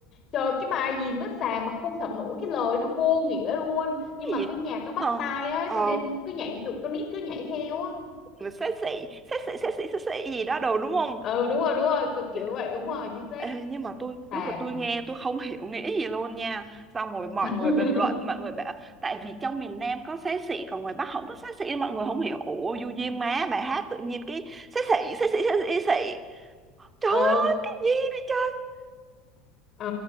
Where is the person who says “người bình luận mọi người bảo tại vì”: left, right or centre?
Right